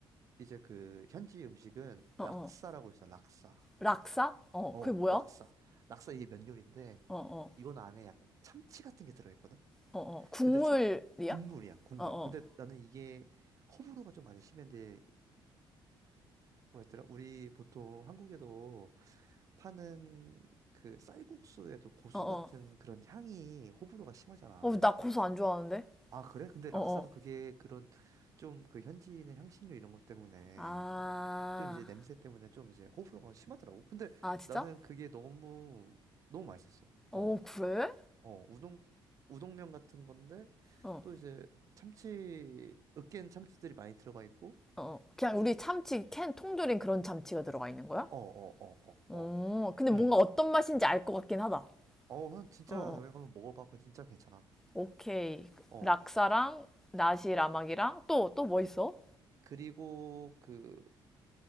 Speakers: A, on the right (about 35°); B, in the centre.
A: 이제 그 현지 음식은
B: 어,
A: 락사라고
B: 어.
A: 있어. 락사.
B: 락사? 어,
A: 어,
B: 그게 뭐야?
A: 락사.
B: 어,
A: 락사 이게 면 요리인데
B: 어,
A: 이건 안에 약 참치 같은 게 들어있거든?
B: 어, 어. 국물이야?
A: 근데 참, 국물이야, 국물.
B: 어, 어,
A: 근데 나는 이게 호불호가 좀 많이 심한데 뭐였더라? 우리 보통 한국에도 파는 그 쌀국수에도 고수
B: 어, 어.
A: 같은 그런 향이 호불호가 심하잖아.
B: 어, 나 고수 안 좋아하는데?
A: 아, 그래? 근데 락사도
B: 어, 어.
A: 그게 그런 좀 그 현지인의 향신료 이런 것 때문에
B: 아,
A: 좀 이제 냄새 때문에 좀 이제 호불호가 심하더라고. 근데
B: 아, 진짜?
A: 나는 그게 너무 너무 맛있었어.
B: 어,
A: 어,
B: 그래?
A: 어, 우동 우동면 같은 건데
B: 어,
A: 또 이제 참치 으깬 참치들이 많이 들어가 있고
B: 어, 어. 그냥
A: 요즘에
B: 우리 참치, 캔 통조림 그런 참치가 들어가 있는 거야?
A: 어, 어, 어,
B: 어,
A: 어, 어,
B: 근데
A: 음.
B: 뭔가 어떤 맛인지 알 것 같긴 하다.
A: 어, 한- 진짜
B: 어, 어.
A: 담백하면 먹어봐. 그거 진짜 괜찮아.
B: 오케이.
A: 어,
B: 락사랑 나시 라막이랑 또 또 뭐 있어?
A: 그리고 그,